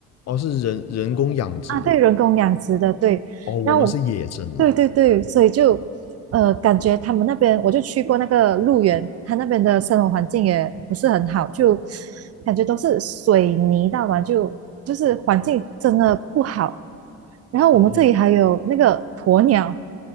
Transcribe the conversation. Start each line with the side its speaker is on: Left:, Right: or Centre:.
Left: 哦是人人工养殖的，
Right: 啊，对，人工养殖的，对，
Left: 哦我们是野生的，
Right: 然后我，对对对，所以就，呃，感觉他们那边，我就去过那个鹿园，他那边的生活环境也不是很好，就感觉都是水泥道嘛，就就是环境真的不好。然后我们这里还有那个鸵鸟，
Left: 哦